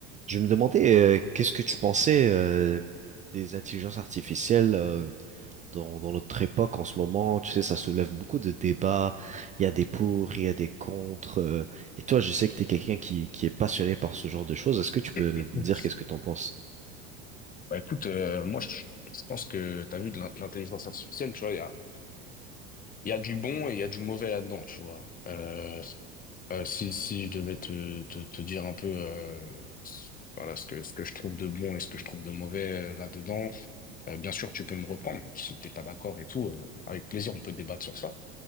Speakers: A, on the right; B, on the left.
A: Je me demandais, euh, qu'est-ce que tu pensais euh, des intelligences artificielles euh, dans, dans notre époque en ce moment? Tu sais, ça soulève beaucoup de débats. Il y a des pour, il y a des contre. euh, et toi, je sais que tu es quelqu'un qui, qui est passionné par ce genre de choses. Est-ce que tu peux
B: Bah
A: me dire qu'est-ce que tu en penses?
B: écoute, euh, moi je, je pense que t'as vu de l'in- l'intelligence artificielle, tu vois, il y a, il y a du bon et il y a du mauvais là-dedans, tu vois. Euh, euh, si, si je devais te, te, te dire un peu euh, ce- voilà, ce que, ce que je trouve de bon et ce que je trouve de mauvais euh, là-dedans, euh, bien sûr tu peux me reprendre si t'es pas d'accord et tout, euh, avec plaisir on peut débattre sur ça.